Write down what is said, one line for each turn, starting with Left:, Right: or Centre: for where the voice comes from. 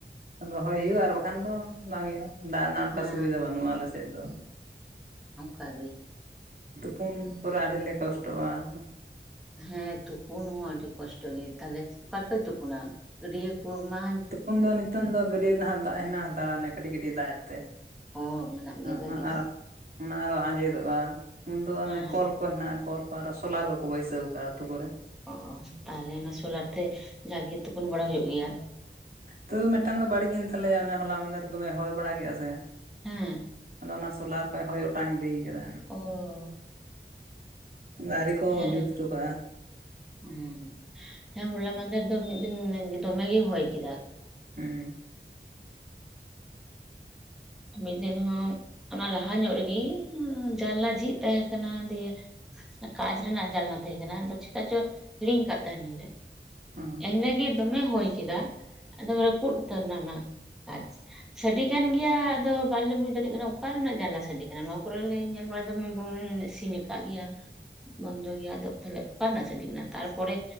Right: ᱨᱚᱦᱚᱭ ᱦᱩᱭᱩᱜᱼᱟ, ᱟᱨ ᱵᱟᱠᱷᱟᱱ ᱫᱚ ᱵᱟᱝ ᱦᱩᱭᱩᱜᱼᱟ ᱾ ᱫᱟᱜ ᱨᱮᱱᱟᱜ ᱚᱱᱠᱟ
Centre: ᱦᱮᱸ
Right: ᱥᱩᱵᱤᱫᱷᱟ ᱵᱟᱹᱱᱩᱜᱼᱟ ᱟᱞᱮ ᱥᱮᱫ ᱫᱚ,
Centre: ᱚᱱᱠᱟᱜᱤ,
Right: ᱛᱩᱯᱩᱱ ᱠᱚᱨᱮ ᱟᱹᱰᱤᱞᱮ ᱠᱚᱥᱴᱚᱜᱼᱟ ᱾
Centre: ᱦᱮᱸ ᱛᱩᱯᱩᱱ ᱦᱚᱸ ᱟᱹᱰᱤ ᱠᱚᱥᱴᱚᱜ ᱜᱮ ᱛᱟᱦᱞᱮ ᱚᱠᱟᱨᱮ ᱯᱮ ᱛᱩᱯᱩᱱᱟ ᱜᱟᱹᱰᱭᱟᱹ ᱠᱚ ᱢᱟ,
Right: ᱛᱚᱠᱷᱚᱱ ᱫᱚ ᱱᱤᱛᱚᱝ ᱫᱚ ᱜᱟᱹᱰᱭᱟᱹ ᱨᱮ ᱦᱟᱜ ᱫᱟᱜ ᱦᱮᱱᱟᱜ ᱦᱟᱛᱟᱲᱟᱱᱟ, ᱠᱟᱹᱴᱤᱡ ᱠᱟᱹᱴᱤᱡ ᱫᱟᱜ ᱮᱜ ᱛᱮ,
Centre: ᱚ ᱢᱮᱱᱟᱜ ᱜᱮᱭᱟ
Right: ᱚᱱᱟ
Centre: ᱡᱟᱜᱮ ᱫᱚ
Right: ᱟᱨᱚ ᱚᱱᱟ ᱟᱨᱚ ᱟᱸᱡᱮᱫᱚᱜᱼᱟ, ᱩᱱ ᱫᱚ ᱚᱱᱮ
Centre: ᱦᱮᱸ
Right: ᱠᱚᱞ ᱠᱚ ᱦᱮᱱᱟᱜᱼᱟ ᱠᱚᱞ ᱠᱚ ᱟᱨᱚ ᱥᱳᱞᱟᱨ ᱨᱮᱠᱚ ᱵᱟᱹᱭᱥᱟᱹᱣ ᱟᱠᱟᱫᱼᱟ ᱟᱹᱛᱩ ᱠᱚᱨᱮ ᱾
Centre: ᱚᱻ ᱛᱟᱦᱚᱞᱮ ᱚᱱᱟ ᱥᱳᱞᱟᱨ ᱛᱮ ᱡᱟᱠ ᱜᱮ ᱛᱩᱯᱩᱱ ᱵᱟᱲᱟ ᱦᱩᱭᱩᱜ ᱜᱮᱭᱟ᱾
Right: ᱛᱚ ᱢᱤᱫᱴᱟᱝ ᱫᱚ ᱵᱟᱹᱲᱤᱡ ᱮᱱ ᱛᱟᱞᱮᱭᱟ ᱚᱱᱮ ᱦᱚᱞᱟ ᱢᱟᱫᱷᱮᱨ ᱫᱚᱢᱮ ᱦᱚᱭ ᱵᱟᱲᱟ ᱠᱮᱫᱼᱟ ᱥᱮ
Centre: ᱦᱮᱸ
Right: ᱟᱫᱚ ᱚᱱᱟ ᱥᱳᱞᱟᱨ ᱠᱚᱭ ᱦᱚᱭ ᱚᱴᱟᱝ ᱤᱫᱤ ᱟᱠᱟᱫᱟ᱾
Centre: ᱚᱻ
Right: ᱟᱣᱨᱤ ᱠᱚ
Centre: ᱦᱮᱸ
Right: ᱡᱩᱛ ᱚᱴᱚ ᱠᱟᱜᱼᱟ ᱾
Centre: ᱦᱩᱸ ᱦᱮᱸ ᱦᱚᱞᱟ ᱢᱟᱫᱷᱮᱨ ᱫᱚ ᱢᱤᱫ ᱫᱤᱱ ᱫᱚᱢᱮ ᱜᱮᱭ ᱦᱚᱭ ᱠᱮᱫᱟ ᱾
Right: ᱦᱮᱸ
Centre: ᱢᱤᱫ ᱫᱤᱱ ᱦᱚᱸ ᱚᱱᱟ ᱞᱟᱦᱟ ᱧᱚᱜ ᱨᱮᱜᱮ ᱡᱟᱞᱞᱟ ᱡᱷᱤᱡ ᱛᱟᱦᱮᱸᱦ ᱠᱟᱱᱟ, ᱡᱮ ᱠᱟᱪ ᱨᱮᱱᱟᱜ ᱡᱟᱞᱱᱟ ᱛᱟᱦᱮᱸ ᱠᱟᱱᱟ ᱟᱫᱚ ᱪᱤᱠᱟ ᱪᱚ ᱦᱤᱲᱤᱧ ᱟᱠᱟᱫ ᱛᱟᱦᱮᱱᱟᱞᱮ,
Right: ᱦᱮᱸ
Centre: ᱮᱱᱮ ᱜᱤ ᱫᱚᱢᱮ ᱦᱚᱭ ᱠᱮᱫᱟ, ᱮᱠᱫᱚᱢ ᱨᱟᱹᱯᱩᱫ ᱩᱛᱟᱹᱨ ᱮᱱᱟ ᱚᱱᱟ ᱠᱟᱸᱡ ᱥᱟᱰᱮ ᱠᱟᱱ ᱜᱮᱭᱟ, ᱟᱫᱚ ᱵᱟᱞᱮ ᱵᱩᱡᱽ ᱫᱟᱲᱮᱭᱟᱜ ᱠᱟᱱᱟ ᱚᱠᱟ ᱨᱮᱱᱟᱜ ᱡᱟᱱᱟᱞᱟ ᱥᱟᱰᱮ ᱠᱟᱱᱟ, ᱱᱚᱣᱟ ᱠᱚᱨᱮ ᱞᱮ ᱧᱮᱞ ᱵᱟᱲᱟᱭᱮᱫᱟ ᱫᱚᱢᱮ ᱵᱚᱱ ᱥᱤᱧ ᱟᱠᱟᱫ ᱜᱮᱭᱟ ᱾ ᱵᱚᱱᱫᱚ ᱜᱮᱭᱟ ᱟᱫᱚ ᱛᱟᱦᱚᱞᱮ ᱚᱠᱟ ᱨᱮᱱᱟᱜ ᱥᱮᱴᱤᱝ ᱮᱱᱟ, ᱛᱟᱨᱯᱚᱨᱮ